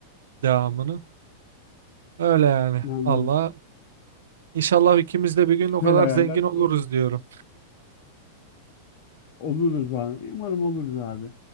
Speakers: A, on the right; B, on the left.
A: devamını. Öyle yani.
B: anladım.
A: Allah. İnşallah ikimiz de bir gün
B: Güzel
A: o kadar
B: hayaller
A: zengin oluruz
B: kuruyor.
A: diyorum.
B: Oluruz abi. Umarım oluruz abi.